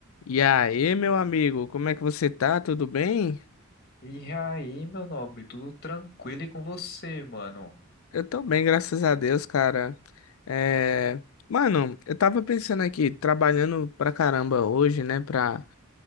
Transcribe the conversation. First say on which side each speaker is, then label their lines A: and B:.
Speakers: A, on the left; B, on the left.
A: E aí, meu amigo, como é que você tá? Tudo bem?
B: E aí, meu nobre, tudo tranquilo e com você, mano?
A: Eu tô bem, graças a Deus, cara. É... Mano, eu tava pensando aqui, trabalhando pra caramba hoje, né, pra,